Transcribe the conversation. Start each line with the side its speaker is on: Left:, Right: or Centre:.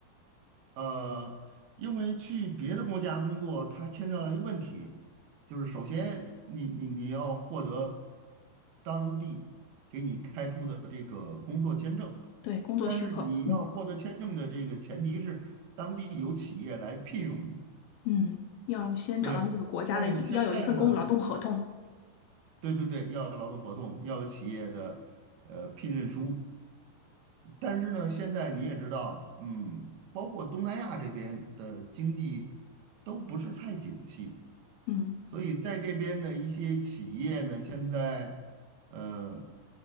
Right: 呃，因为去别的国家工作，它牵扯到一个问题，就是首先你你你要获得当地给你开出的这个工作签证，
Left: 对，工作许可，
Right: 但是你要获得签证的这个前提是当地有企业来聘用你。
Left: 嗯嗯，要先找到那个国家的一，
Right: 对，但现在呢，
Left: 要有一份工劳动合同，
Right: 对对对，要有劳动合同，要有企业的呃聘任书，但是呢，现在你也知道，嗯，包括东南亚这边的经济都不是太景气，
Left: 嗯
Right: 所以在这边的一些企业呢，现在呃